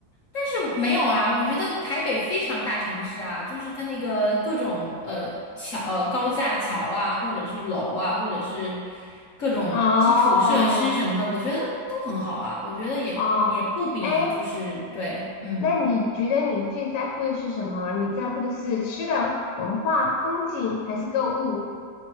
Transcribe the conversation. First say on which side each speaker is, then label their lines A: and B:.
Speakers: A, on the left; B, on the left.
A: 但是没有啊，我觉得台北非常大城市啊，就是它那个各种呃桥、呃高架桥啊，或者是楼啊，或者是各种基础设施什么的，
B: 哦
A: 我觉得都很好啊。我觉得也也不比就是对，
B: 哦，哎，
A: 嗯
B: 那你觉得你最在乎的是什么？你在乎的是吃的、文化、风景，还是购物？